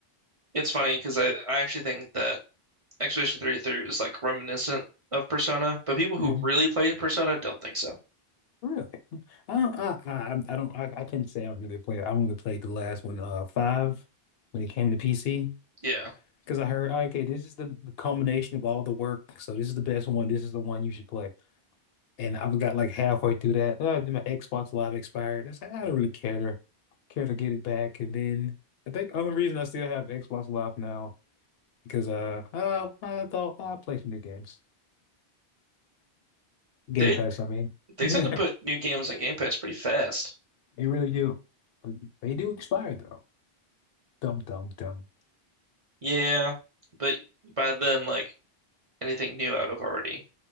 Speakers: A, on the right (about 40°); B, on the left (about 75°).
A: It's funny because I, I actually think that Expedition 33 is like reminiscent of Persona, but people who
B: Mm-hmm.
A: really play Persona don't think so.
B: Really? I don't, I, I, I don't, I, I couldn't say I really played. I only played the last one, uh, five, when it came to PC.
A: Yeah.
B: Because I heard, okay, this is the, the culmination of all the work. So this is the best one. This is the one you should play. And I got like halfway through that. Uh, then my Xbox Live expired. I said, I don't really care to care to get it back. And then I think the only reason I still have Xbox Live now because uh, uh I thought "Oh, I play some new games. Game
A: They
B: Pass, I mean.
A: they
B: <laughs>
A: tend to put new games on Game Pass pretty fast.
B: They really do. They do expire though. Dum dum dum.
A: Yeah, but by then like anything new I'd have already